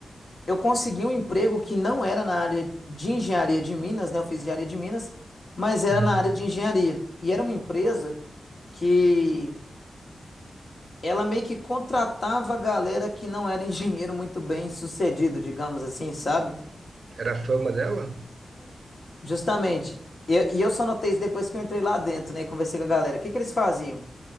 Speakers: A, on the left (about 45°); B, on the right (about 55°).
A: eu consegui um emprego que não era na área de engenharia de Minas, né? Eu fiz engenharia de Minas, mas era
B: uhum.
A: na área de engenharia. E era uma empresa que ela meio que contratava a galera que não era <laughs> engenheiro muito bem sucedido, digamos assim, sabe?
B: Era a fama dela?
A: Justamente. E e eu só notei isso depois que eu entrei lá dentro, né, e conversei com a galera. O que que eles faziam?